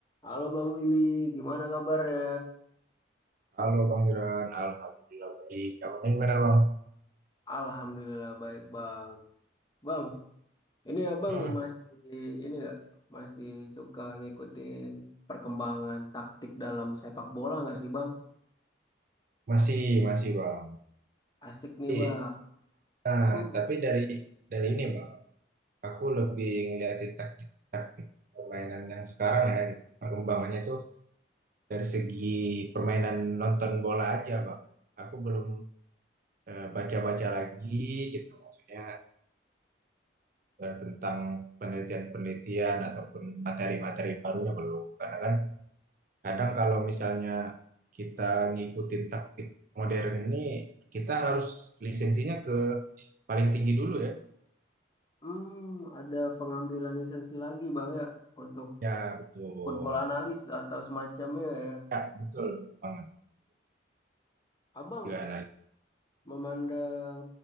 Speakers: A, on the left; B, on the right.
A: Halo Bang Willy, gimana kabarnya?
B: Halo Bang Iran, Alhamdulillah baik. Abangnya gimana Bang?
A: Alhamdulillah baik Bang. Bang, ini Abang
B: Hmm,
A: masih ini nggak masih suka ngikutin perkembangan taktik dalam sepak bola nggak sih Bang?
B: masih, masih Bang.
A: Asik
B: Tapi,
A: nih Bang.
B: nah,
A: Aku
B: tapi dari dari ini Bang, aku lebih ngeliatin taktik-taktik permainan yang sekarang ya, gitu. Perkembangannya tuh dari segi permainan nonton bola aja Bang. Aku belum eh, baca-baca lagi gitu, maksudnya eh, tentang penelitian-penelitian ataupun materi-materi barunya belum. Karena kan Kadang kalau misalnya kita ngikutin taktik modern ini, kita harus lisensinya ke paling tinggi dulu ya.
A: hmm, ada pengambilan lisensi lagi Bang ya untuk
B: Ya, betul.
A: football analis atau semacamnya ya.
B: Ya, betul banget.
A: Abang
B: Gila, analis.
A: memandang